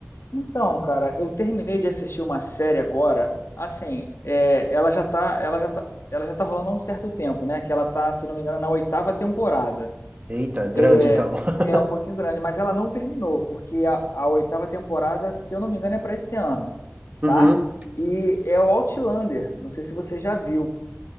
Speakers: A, on the left (about 80°); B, on the right (about 35°).
A: Então, cara, eu terminei de assistir uma série agora. Assim, é, ela já tá, ela já tá, ela já tá rolando há um certo tempo, né? Que ela tá, se eu não me engano, na oitava temporada.
B: Eita, grande
A: É,
B: então. <laughs>
A: é um pouquinho grande, mas ela não terminou, porque a, a oitava temporada, se eu não me engano, é pra esse ano,
B: Uhum.
A: tá? E é o Outlander. Não sei se você já viu.